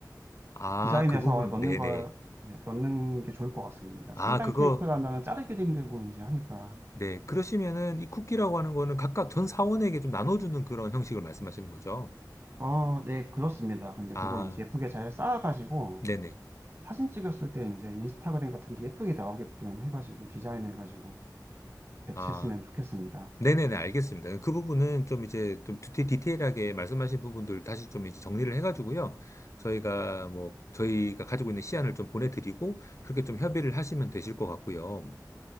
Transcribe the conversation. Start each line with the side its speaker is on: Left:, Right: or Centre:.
Left: 아,
Right: 디자인해서
Left: 그 부분,
Right: 넣는
Left: 네네.
Right: 걸, 네, 넣는 게 좋을 것 같습니다.
Left: 아,
Right: 3단
Left: 그거,
Right: 케이크라면 자르기도 힘들고 이제 하니까.
Left: 네. 그러시면은 이 쿠키라고 하는 거는 각각 전 사원에게 좀 나눠주는 그런 형식을 말씀하시는 거죠.
Right: 어, 네, 그렇습니다. 근데
Left: 아,
Right: 그걸 이제 예쁘게 잘 쌓아가지고
Left: 네네.
Right: 사진 찍었을 때 이제 인스타그램 같은 데 예쁘게 나오게끔 해가지고 디자인해가지고 배치했으면
Left: 아,
Right: 좋겠습니다.
Left: 네네네.
Right: 그-
Left: 알겠습니다. 그 부분은 좀 이제 좀 디테- 디테일하게 말씀하신 부분들 다시 좀 이제 정리를 해가지고요. 저희가 뭐, 저희가 가지고 있는 시안을 좀 보내드리고, 그렇게 좀 협의를 하시면 되실 것 같고요.